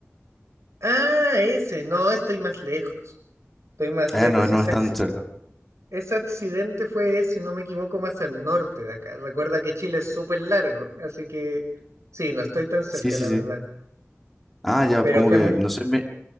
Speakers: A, on the right; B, in the centre.
A: Ah, ese, no, estoy más lejos. Estoy más
B: Ah,
A: lejos.
B: no, no
A: Esa,
B: es tan cerca.
A: Ese accidente fue, si no me equivoco, más al norte de acá. Recuerda que Chile es súper largo, así que sí, no estoy tan cerca,
B: Sí, sí,
A: la
B: sí.
A: verdad.
B: Ah, ya,
A: Pero
B: como
A: fue
B: que,
A: muy...
B: no sé, me,